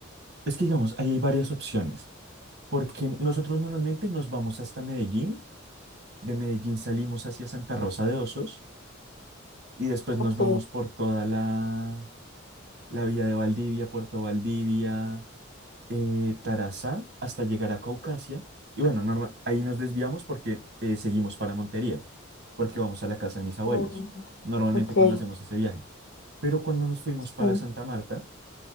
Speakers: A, on the right; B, on the left.
A: Es que digamos, ahí hay varias opciones, porque nosotros normalmente nos vamos hasta Medellín, de Medellín salimos hacia Santa Rosa de Osos y después
B: Ok.
A: nos vamos por toda la, la vía de Valdivia, Puerto Valdivia, eh, Tarazá, hasta llegar a Caucasia. Y bueno, norma- ahí nos desviamos porque eh, seguimos para Montería, porque vamos a la casa de mis abuelos,
B: mm,
A: normalmente
B: Ok.
A: cuando hacemos ese viaje. Pero cuando nos fuimos para
B: mm.
A: Santa Marta,